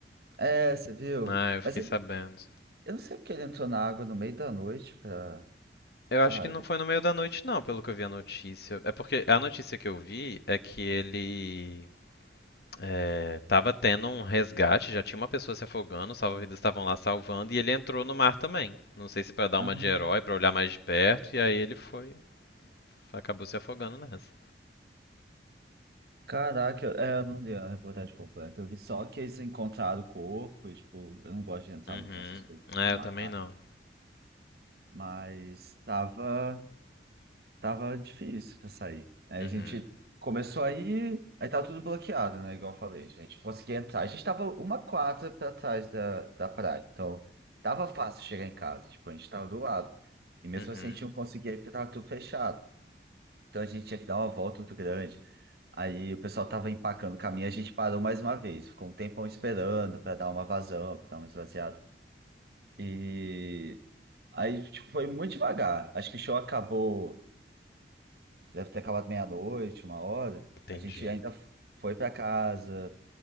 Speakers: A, on the right (about 60°); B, on the left (about 65°).
A: É, você viu?
B: Ah, eu fiquei
A: Mas ele,
B: sabendo.
A: eu não sei porque ele entrou na água no meio da noite pra,
B: Eu
A: sabe?
B: acho que não foi no meio da noite, não, pelo que eu vi a notícia. É porque a notícia que eu vi é que ele é, tava tendo um resgate, já tinha uma pessoa se afogando, os salva-vidas estavam lá salvando, e ele entrou no mar também. Não sei se pra dar
A: Ah,
B: uma de herói, pra olhar mais de perto, e aí ele foi, acabou se afogando nessa.
A: caraca, eu, é, eu não li a reportagem completa. Eu vi só que eles encontraram o corpo e, tipo, eu não gosto de entrar
B: Uhum.
A: muito nessas coisas
B: É,
A: meio
B: eu
A: macabras.
B: também não.
A: Mas tava. Tava difícil pra sair. Aí
B: Uhum.
A: a gente começou aí, aí tava tudo bloqueado, né? Igual eu falei, a gente conseguia entrar. A gente tava uma quadra pra trás da, da praia, então tava fácil chegar em casa, tipo, a gente tava do lado. E mesmo
B: Uhum.
A: assim a gente não conseguia ir porque tava tudo fechado. Então a gente tinha que dar uma volta muito grande. Aí o pessoal tava empacando o caminho, a gente parou mais uma vez, ficou um tempão esperando pra dar uma vazão, pra dar uma esvaziada. E aí, tipo, foi muito devagar. Acho que o show acabou. Deve ter acabado meia-noite, uma hora.
B: Entendi.
A: A gente ainda f- foi para casa,